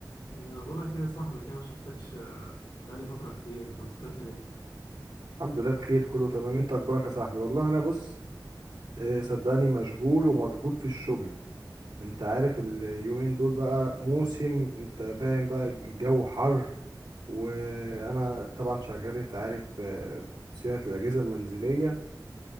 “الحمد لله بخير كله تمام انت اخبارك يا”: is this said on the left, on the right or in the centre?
Right